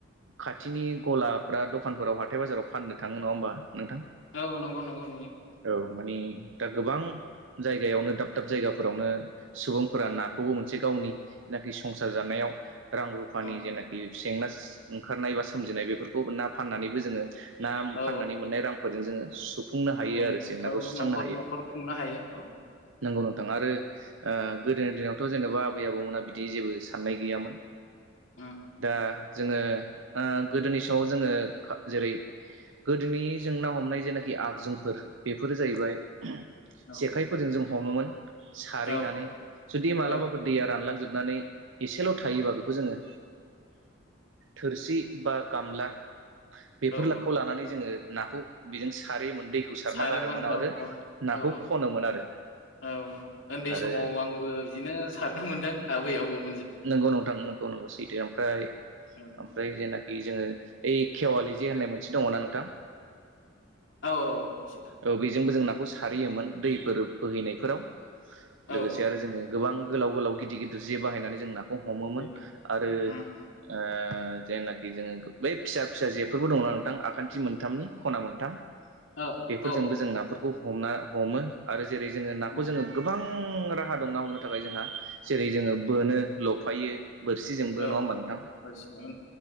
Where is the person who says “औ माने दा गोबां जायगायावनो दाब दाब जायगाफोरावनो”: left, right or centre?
Right